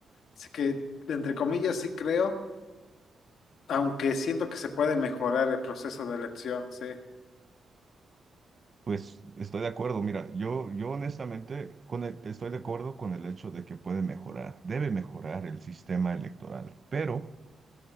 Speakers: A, on the left; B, on the right.
A: Así que, entre comillas, sí creo, aunque siento que se puede mejorar el proceso de elección, sí.
B: Pues estoy de acuerdo, mira, yo, yo honestamente con el- estoy de acuerdo con el hecho de que puede mejorar, debe mejorar el sistema electoral, pero